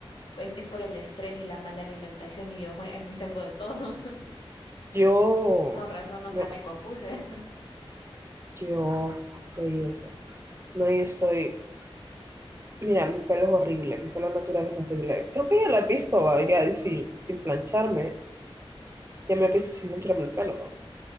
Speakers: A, on the left; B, on the right.
A: es, es por el estrés y la mala alimentación y yo, "Jue, <laughs> tengo de todo. <laughs>
B: Yo,
A: Con razón nunca
B: no,
A: me compuse.
B: yo soy eso. No, yo estoy, mira, mi pelo es horrible, mi pelo natural es horrible. Creo que ya lo has visto, va, ya sin, sin plancharme. Ya me he visto sin plancharme el pelo.